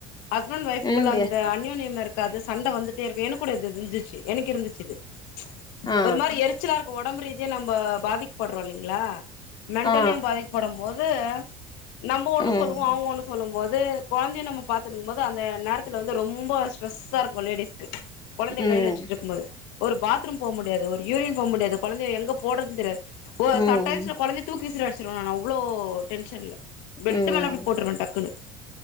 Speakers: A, on the left (about 65°); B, on the left (about 20°).
A: ஹஸ்பண்ட் ஒய்ஃகுள்ள
B: ம்
A: அந்த அந்யோன்யம் இருக்காது சண்ட வந்து இருக்கு எனக்கு கூட இது இருஞ்சிச்சு எனக்கு இருந்துச்சு இது ச்
B: ஆ
A: ஒரு மாரி எரிச்சலா இரு இப்ப ஒடம்பு ரீதியா நம்ம பாதிக்கப்படுறோ இல்லைங்களா மென்டலியு
B: ஆ
A: பாதிக்கப்படும் போது துஅ நம்ம ஒண்ணு
B: ம்
A: சொல்லுவோ அவங்க ஒண்ணு சொல்லம் மொது குழந்தையை நம்ம பாத்துக்கும் போது அந்த நேரத்துல வந்து ரொம்ப ஸ்ட்ரெஸ்ஸா இருக்கும் லேடிஸ்க்கு குழந்தைய
B: ம்
A: கையல வச்சுட்ருக்கும்போது ஒரு பாத்ரூம் போ முடியாது ஒரு யூரின் போ முடியாது குழந்தைய எங்க போடறது தெரியாது ஓ
B: ம்
A: சம் டைம்ஸ் குழந்தைய தூக்கி விசிர் அடிச். ச்ருவே நானு அவ்ளோ டென்ஷன்ல பெட்டு்
B: ம்
A: மேல அப்டி போட்ருவேன் டக்குன்னு